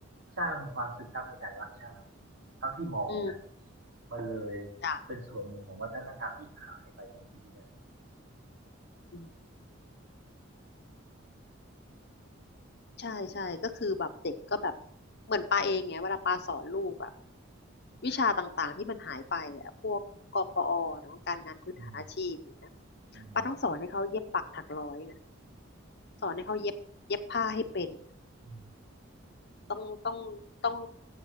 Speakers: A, on the right; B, on the left.
A: สร้างความซึมซับในการรักชาติเท่าที่มองนะ
B: อืม
A: มันเลย
B: จ้ะ
A: เป็นส่วนหนึ่งของวัฒนธรรมที่หายไปตรงนี้ด้วย
B: อืมใช่ใช่ก็คือแบบเด็กก็แบบเหมือนปาเองไงเวลาปาสอนลูกอะวิชาต่างๆที่มันหายไปอะพวกกพอเนาะการงานพื้นฐานอาชีพอย่างเงี้ย
A: อืมอืม
B: ปาต้องสอนให้เขาเย็บปักถักร้อยนะสอนให้เขาเย็บเย็บผ้าให้เป็น
A: อืม
B: ต้องต้องต้อง